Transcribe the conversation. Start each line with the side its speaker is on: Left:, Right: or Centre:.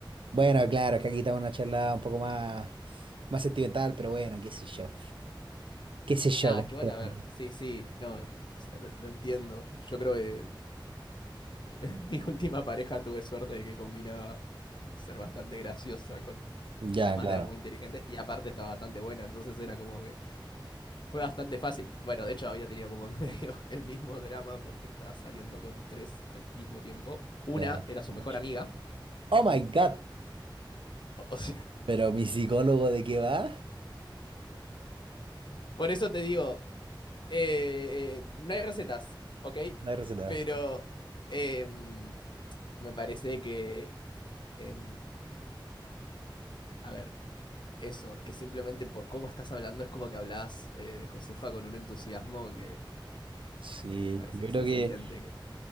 Right: Bueno, claro, es que aquí estamos en una charla un poco más, más sentimental, pero bueno, qué sé yo. Qué sé yo.
Left: Nada,
Right: como
Left: es que vos,
Right: que
Left: a
Right: la
Left: ver,
Right: gente-
Left: sí, sí, no, o sea, lo, lo entiendo. Yo creo que <laughs> mi última pareja tuve suerte de que combinaba ser bastante graciosa con,
Right: Ya,
Left: además
Right: claro.
Left: era muy inteligente y aparte estaba bastante buena, entonces era como que fue bastante fácil. Bueno, de hecho había tenido como en medio <laughs> el mismo drama porque estaba saliendo con tres al mismo tiempo. Una
Right: Ya,
Left: era su
Right: too
Left: mejor
Right: much.
Left: amiga.
Right: Oh my God.
Left: O o sea,
Right: Pero mi psicólogo, ¿de qué va?
Left: <laughs> por eso te digo, eh, eh, no hay recetas, ¿ok?
Right: No hay receta.
Left: Pero em, me parece que, em, a ver, Eso, es que simplemente por cómo estás hablando es como que hablas eh, de Josefa con un entusiasmo que
Right: Sí,
Left: parece
Right: yo
Left: que
Right: creo
Left: estás
Right: que,
Left: evidente que...